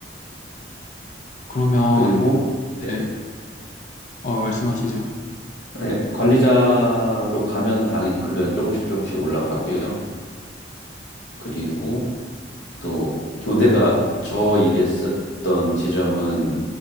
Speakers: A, on the left; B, on the left.
A: 그러면,
B: 그리고 네네.
A: 네, 어, 말씀하시죠.
B: 네, 관리자로 가면 당연히 급여는 조금씩 조금씩 올라가고요. 그리고 또 교대가 저 일했었던 지점은